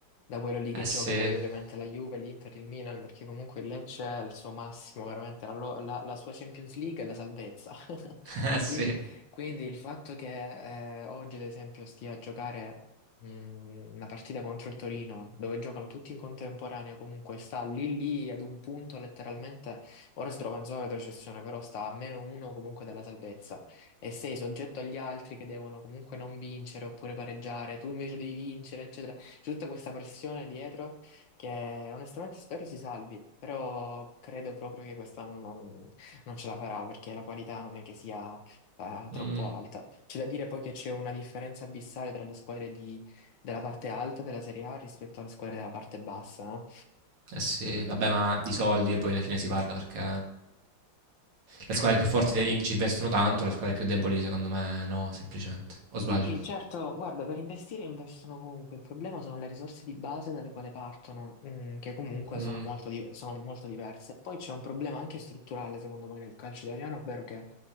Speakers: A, on the left; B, on the right.
A: da quello lì
B: Eh
A: che gioca
B: sì,
A: poi
B: <laughs>
A: ovviamente la Juve, l'Inter, il Milan, perché comunque il Lecce è il suo massimo, veramente, la, lo- la- la sua Champions League è la salvezza. <laughs>
B: eh sì.
A: Quindi, quindi il fatto che eh, oggi, ad esempio, stia a giocare mh, la partita contro il Torino, dove giocano tutti in contemporanea, comunque sta lì lì ad un punto letteralmente, ora si trova in zona retrocessione, però sta a meno uno comunque dalla salvezza e sei soggetto agli altri che devono comunque non vincere oppure pareggiare, tu invece devi vincere, eccetera. C'è tutta questa pressione dietro che onestamente spero si salvi, però credo proprio che quest'anno non, non ce la farà perché la qualità non è che sia eh, troppo
B: Mm,
A: alta. C'è da dire poi che c'è una differenza abissale tra le squadre di della parte alta della Serie A rispetto alle squadre della parte bassa. eh.
B: eh sì, vabbè, ma di soldi poi alla fine si parla perché le squadre più forti de- ci investono tanto, le squadre più deboli secondo me no, semplicemente. O sbaglio?
A: Sì, certo, guarda, per investire investono comunque, il problema sono le risorse di base dalle quali partono, mm, che comunque sono
B: Mm,
A: molto, di- sono molto diverse. Poi c'è un problema anche strutturale, secondo me, nel calcio italiano, ovvero che